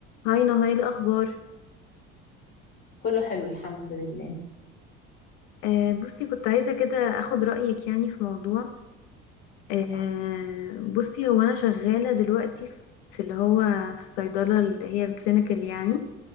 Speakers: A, on the left (about 80°); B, on the left (about 45°).
A: هاي نهاية الأخبار
B: كله حلو الحمد لله
A: آه بصي كنت عايزة كده أخد رأيك يعني في موضوع آه بصي هو أنا شغالة دلوقتي في في اللي هو في الصيدلة اللي هي الكلينيكال يعني